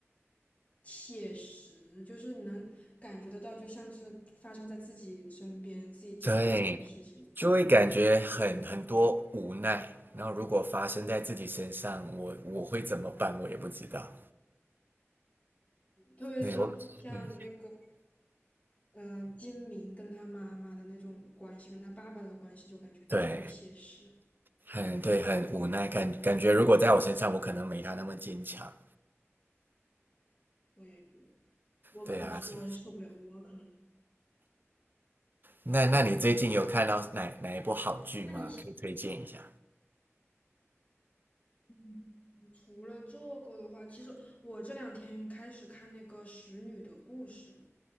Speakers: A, on the left; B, on the right.
A: 写实，就是你能感觉得到，就像是发生在自己身边、自己家里面的事情。
B: 对，就会感觉很很多无奈。
A: 嗯，
B: 然后如果发生在自己身上，我我会怎么办？我也不知道。
A: 特别是像那个
B: 对我，嗯，
A: 嗯、呃金明跟他妈妈的那种关系，跟他爸爸的关系，就感觉特别写实。
B: 对，很对，很无奈，感感觉如果在我身上，我可能没他那么坚强。
A: 我也觉得。我可能是我受不了，
B: 对啊，是。
A: 我可能
B: 那那你最近有看到哪哪一部好剧吗？
A: 那你喜
B: 可以推荐一下。
A: 嗯除了这个的话，其实我这两天开始看那个《使女的故事》，